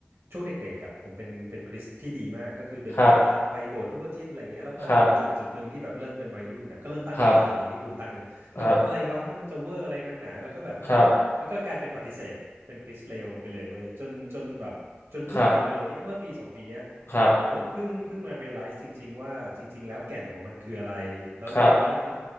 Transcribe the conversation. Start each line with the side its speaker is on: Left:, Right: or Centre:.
Right: ช่วงเด็กๆอ่ะผมเป็นเป็นคริสต์ที่ดีมากก็คือเป็นแบบตามไปโบสถ์ทุกอาทิตย์อะไรเงี้ยแล้วพอถึงจุดจุดหนึ่งที่แบบเริ่มเป็นวัยรุ่นน่ะก็เริ่มตั้งคำถามอย่างที่คุณตั้งเลยแบบอะไรวะมันจะเวอร์อะไรนักหนาแล้วก็แบบ
Left: ครับครับ ครับ ครับ ครับ
Right: แล้วก็กลายเป็นปฏิเสธเป็นคริสต์เลวไปเลยเว้ยจนจนแบบจนเพิ่งมาเร็วๆเนี้ยเมื่อปีสองปีเนี้ย
Left: ครับ ครับ
Right: ผมเพิ่งเพิ่งมา realize จริงๆว่าจริงๆแล้วแก่นของมันคืออะไรแล้วแล้วมัน
Left: ครับ